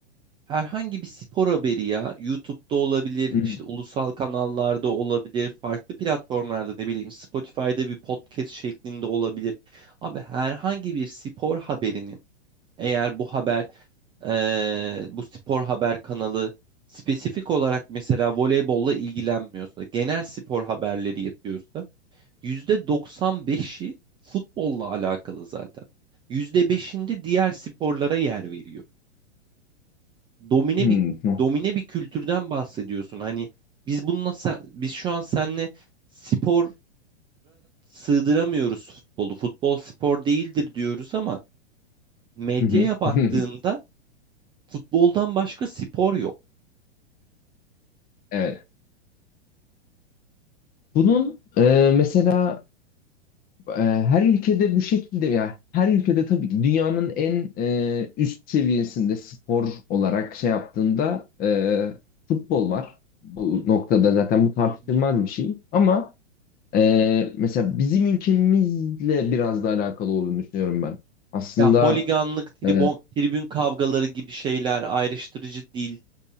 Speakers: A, on the right (about 15°); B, on the left (about 25°).
A: herhangi bir spor haberi ya YouTube'da olabilir,
B: Hı hı.
A: işte ulusal kanallarda olabilir, farklı platformlarda ne bileyim Spotify'da bir podcast şeklinde olabilir. Abi herhangi bir spor haberinin eğer bu haber eee, bu spor haber kanalı spesifik olarak mesela voleybolla ilgilenmiyorsa, genel spor haberleri yapıyorsa %95'i futbolla alakalı zaten. Yüzde beşinde diğer sporlara yer veriyor. Domine
B: Hı
A: bir
B: hı.
A: domine bir kültürden bahsediyorsun. Hani biz bununla se- biz şu an seninle spora sığdıramıyoruz futbolu. Futbol spor değildir diyoruz ama medyaya
B: Hı hı.
A: baktığında
B: <laughs>
A: futboldan başka spor yok.
B: Evet. Bunun e, mesela E, her ülkede bu şekilde ya her ülkede tabii ki dünyanın en e, üst seviyesinde spor olarak şey yaptığında e, futbol var. Bu
A: Hı hı
B: noktada zaten bu tartışılmaz
A: hı hı.
B: bir şey. Ama e, mesela bizim ülkemizle biraz da alakalı olduğunu düşünüyorum ben. Aslında
A: Ya holiganlık, tribon,
B: e,
A: tribün kavgaları gibi şeyler ayrıştırıcı değil.